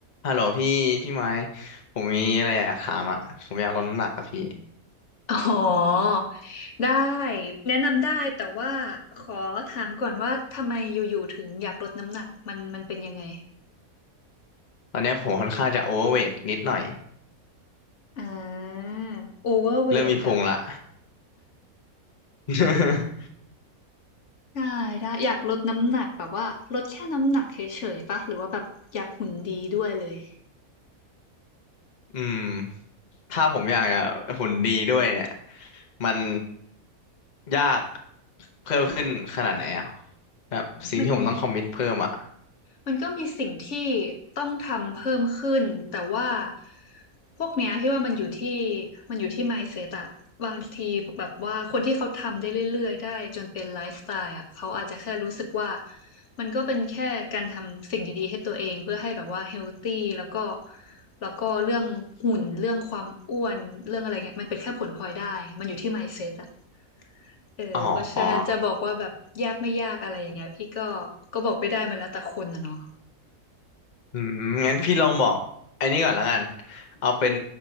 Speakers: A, on the left; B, on the left.
A: ฮัลโหลพี่พี่ไม้ผมมีอะไรอยากถามอ่ะผมอยากลดน้ำหนักอะพี่
B: อ๋อได้แนะนำได้แต่ว่าขอถามก่อนว่าทำไมอยู่ๆถึงอยากลดน้ำหนักมันมันเป็นยังไง
A: ตอนเนี้ยผมค่อนข้างจะโอเวอร์เวทนิดหน่อย
B: อ่าโอเวอร์เวทแบบ
A: เริ่มมีพุงละ <laughs>
B: ได้ได้อยากลดน้ำหนักแบบว่าลดแค่น้ำหนักเฉยๆปะหรือว่าแบบอยากหุ่นดีด้วยเลย
A: อืมถ้าผมอยากจะหุ่นดีด้วยเนี่ยมันยากเพิ่มขึ้นขนาดไหนอ่ะแบบสิ่งที่ผมต้องคอมมิตเพิ่มอ่ะ
B: มัน มันก็มีสิ่งที่ต้องทำเพิ่มขึ้นแต่ว่าพวกเนี้ยพี่ว่ามันอยู่ที่มันอยู่ที่ mindset อะบางทีแบบว่าคนที่เขาทำได้เรื่อยๆได้จนเป็นไลฟ์สไตล์อะเขาอาจจะแค่รู้สึกว่ามันก็เป็นแค่การทำสิ่งดีๆให้ตัวเองเพื่อให้แบบว่าเฮลตี้แล้วก็แล้วก็เรื่องหุ่นเรื่องความอ้วนเรื่องอะไรเงี้ยมันเป็นแค่ผลพลอยได้มันอยู่ที่ mindset อะเออเพราะฉะนั้นจะบอกว่าแบบยากไม่ยากอะไรอย่างเงี้ยพี่ก็
A: อ๋ออ๋อ
B: ก็บอกไม่ได้มันแล้วแต่คนนะเนาะ
A: อืมงั้นพี่ลองบอกไอ้นี่ก่อนละกันเอาเป็น